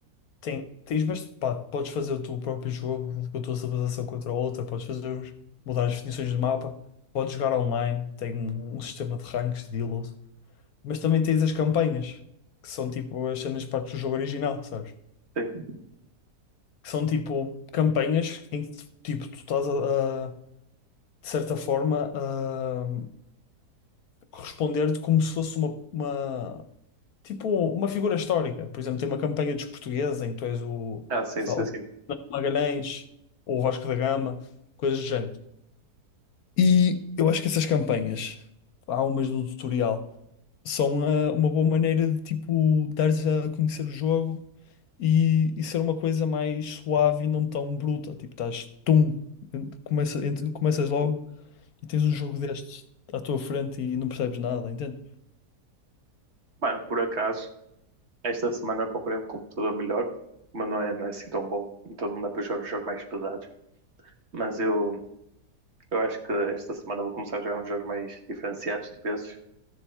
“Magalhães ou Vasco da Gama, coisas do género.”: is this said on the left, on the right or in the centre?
Left